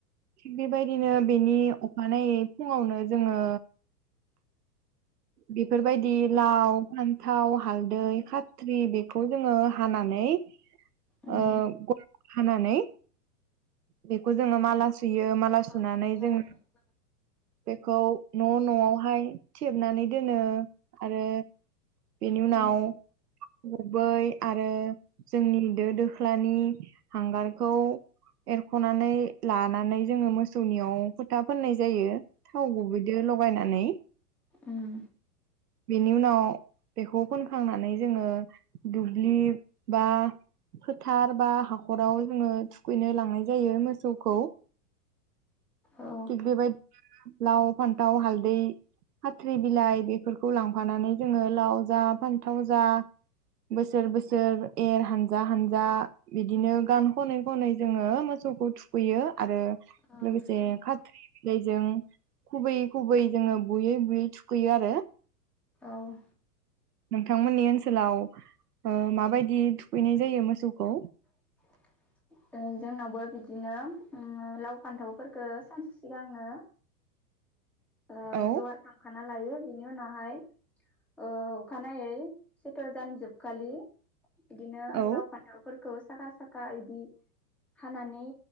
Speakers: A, on the right (about 70°); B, in the centre.
A: थिग बेबायदिनो बेनि अखानायै फुङावनो जोङो बेफोरबायदि लाव, फान्थाव, हालदै, खाथ खाथ्रि बेखौ जोङो हानानै ओ
B: उम
A: गल गल हानानै बेखौ जोङो माला सुयो माला सुनानै
B: औ माला
A: जोङो
B: बानायो
A: बेखौ न' न'आवहाय थेबनानै दोनो आरो बिनि उनाव
B: उम
A: थाव गुबै आरो जोंनि दो दोख्लानि हांगारखौ एरख'नानै लानानै जोङो मोसौनियाव फोथा फोननाय जायो थाव गुबैदो लगाय नानै
B: उम।
A: बेनि उनाव बेखौ फोनखांनानै जोङो दु दुब्लि बा फोथार बा हाखराव जोङो थुखैनो लां जायो मोसौखौ
B: औ
A: थिग बेबायदिनो लाव फानथाव हालदै खाथ्रि बिलाइ बेफोरखौ लांफानानै जोङो लाव जा फान्थाव जा बोसोर बोसोर एर हानजा-हनजा बिदिनो गान खनै खनै जोङो मोसौखौ थुखैयो आरो
B: औ
A: लोगोसे खाथ्रि बिलाइजों खुबोयै खुबै जोङो बुयै बुयै थुखैयो आरो।
B: औ
A: नोंथांमोननि ओनसोलाव ओ माबायदि थुखैनाय जायो मोसौखौ?
B: <inaudible> ओ जोंनावबो बिदिनो ओम लाव फान्थावफोरखौ सानसे सिगांनो ओ
A: औ
B: जगार खामखाना लायो। बेनि उनावहाय ओ अखानायै सैथ' दान जोबखालि बिदिनो
A: औ
B: लाव फान्थावफोरखौ साखा साखा इदि हानानै